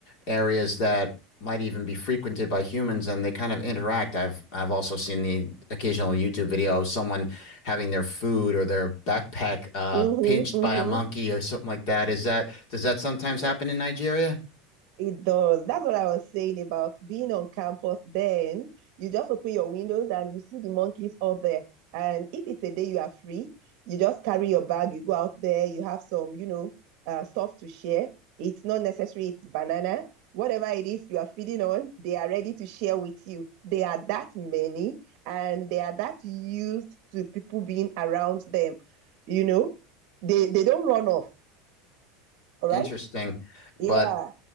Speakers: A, on the left; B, on the right.
A: areas that might even be frequented by humans and they kind of interact. I've I've also seen the occasional YouTube video of someone having their food or their backpack uh,
B: Mm-hmm.
A: pinched
B: Mm-hmm.
A: by a monkey or something like that. Is that does that sometimes
B: Yeah.
A: happen in Nigeria?
B: It does. That's what I was saying about being on campus. Then you just open your windows and you see the monkeys out there. And if it's a day you are free, you just carry your bag, you go out there, you have some, you know, uh, stuff to share. It's not necessary, it's banana. Whatever it is you are feeding on, they are ready to share with you. They are that many and they are that used to people being around them. You know, they, they don't run off. All right.
A: Interesting,
B: Yeah.
A: but